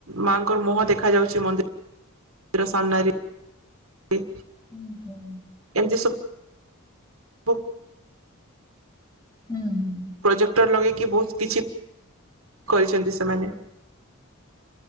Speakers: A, on the right; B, on the left.
A: ମା ଙ୍କର ମୁହଁ ଦେଖା ଯାଉଛି ମନ୍ଦି ର ସାମ୍ନା ରେ।
B: ଓ ହୋ।
A: ଏମିତି ସବ ବୁ।
B: ହୁଁ, ହୁଁ।
A: ପ୍ରୋଜେକ୍ଟର୍ ଲଗେଇକି ବହୁତ କିଛି କରିଛନ୍ତି ସେମାନେ।